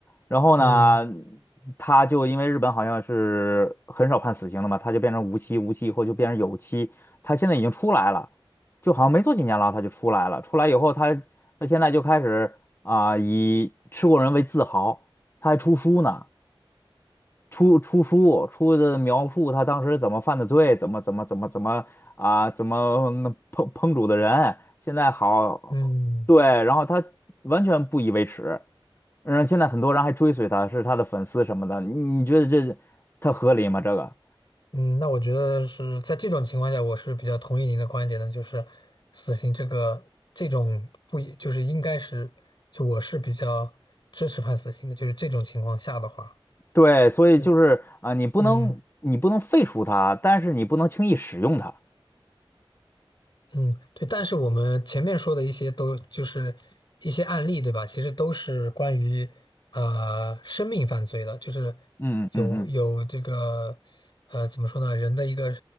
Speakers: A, on the left (about 25°); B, on the left (about 55°).
A: 然后呢，
B: 嗯
A: 他就因为日本好像是很少判死刑的嘛，他就变成无期，无期以后就变成有期，他现在已经出来了，就好像没坐几年牢他就出来了，出来以后他他现在就开始啊、以吃过人为自豪，他还出书呢。出出书，出的描述他当时怎么犯的罪，怎么怎么怎么怎么啊，怎么嗯烹烹煮的人，现在好，
B: 嗯
A: 对，然后他完全不以为耻，然后现在很多人还追随他，是他的粉丝什么的，你你觉得这他合理吗？这个？
B: 嗯，那我觉得是在这种情况下，我是比较同意您的观点的，就是死刑这个这种不一就是应该是，就我是比较支持判死刑的，就是这种情况下的话，
A: 对，所以就是啊，
B: 嗯
A: 你不能你不能废除他，
B: 嗯。
A: 但是你不能轻易使用它。
B: 嗯，对，但是我们前面说的一些都就是一些案例，对吧？其实都是关于呃生命犯罪的，就是
A: 嗯嗯嗯
B: 有有这个呃怎么说呢，人的一个